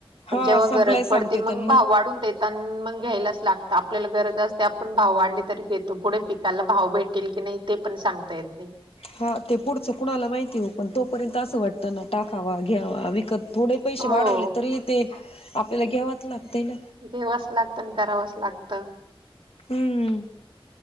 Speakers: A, on the right; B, on the left.
A: पण
B: हा
A: जेव्हा
B: संपलाय
A: गरज पडते
B: सांगते
A: मग
B: तर
A: भाव वाढून देत मग घ्यायलाच लागत आपल्याला गरज असते आपण भाव वाढले तरी घेतो पुढे पिकाला भाव भेट तील की नाई ते पण सांगता येत नाय.
B: हा ते पुढचं कुणाला माहिती ओ पण तोपर्यंत असं वाटतं ना टाकावा घ्यावा विकत थोडे पैसे
A: हो.
B: वाढवले तरी ते आपल्याला घ्यावच लागतंय ना.
A: घेवच लागत अन् करावच लागत.
B: हम्.